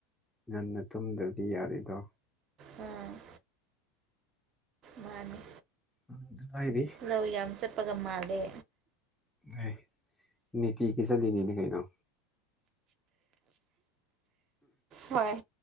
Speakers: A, in the centre; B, on the right (about 40°).
A: ꯉꯟꯅ ꯇꯨꯝꯗ꯭ꯔꯗꯤ ꯌꯥꯔꯤꯦꯗꯣ
B: ꯎꯝ ꯃꯥꯅꯦ
A: ꯑꯗꯨ ꯍꯥꯏꯔꯤ
B: ꯂꯧ ꯌꯥꯝ ꯆꯠꯄꯒ ꯃꯥꯜꯂꯦ
A: ꯍ ꯅꯅꯤꯇ ꯀ ꯆꯂꯤꯅꯤꯅꯤ ꯀꯩꯅꯩꯅꯣ
B: ꯍꯣꯏ